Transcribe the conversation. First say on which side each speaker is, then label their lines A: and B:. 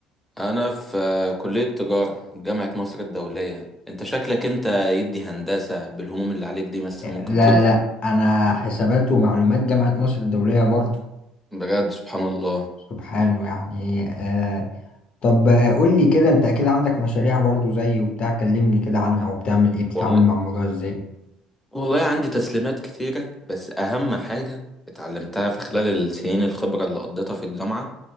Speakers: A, in the centre; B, on the left (about 50°).
A: انا في كلية تجارة جامعة مصر الدولية انت شكلك انت يدي هندسة بالهموم اللي عليك دي بس ممكن
B: لا
A: طب
B: لا انا حسابات ومعلومات جامعه مصر الدوليه برضو
A: بجد سبحان الله
B: سبحانه يعني آه طب آه، قول لي كده انت اكيد عندك مشاريع برضو زي وبتاع كلمني كده عنها وبتعمل ايه بتتعامل
A: والله
B: مع الموضوع ازاي
A: والله عندي تسليمات كتيرة بس اهم حاجة اتعلمتها في خلال السنين الخبرة اللي قضيتها في الجامعة